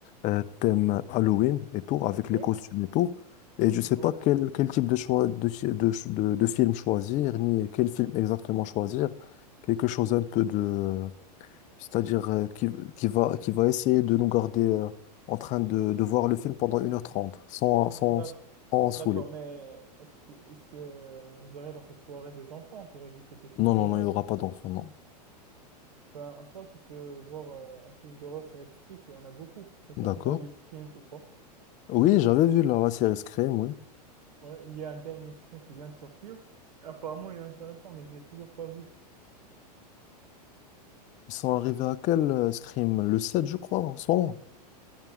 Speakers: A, on the left; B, on the right.
A: euh, thème Halloween et tout, avec les
B: ouais,
A: costumes et tout. Et je sais
B: ouais,
A: pas quel, quel type de choix de, chi- de, ch- de, de film choisir, ni quel film exactement choisir. Quelque chose un peu de, c'est-à-dire euh, qui, qui va, qui va essayer de nous garder euh, en train de, de voir le film pendant une heure trente sans, sans,
B: d'accord.
A: sans en saouler.
B: D'accord, mais est-ce que, est-ce que euh, vous aurez dans cette soirée des enfants pour éviter des films
A: Non, non,
B: d'horreur?
A: non, il n'y aura pas d'enfant, non.
B: Ben, en soi, tu peux voir euh, un film d'horreur sur Netflix, il y en a beaucoup. Je sais
A: D'accord.
B: pas si tu as vu Scream ou pas.
A: Oui, j'avais vu la, la série Scream, oui.
B: Ouais, il y a un dernier Scream qui vient de sortir. Apparemment, il est intéressant, mais je l'ai toujours pas vu.
A: Ils sont arrivés à quel euh, Scream? Le 7, je crois, en ce moment.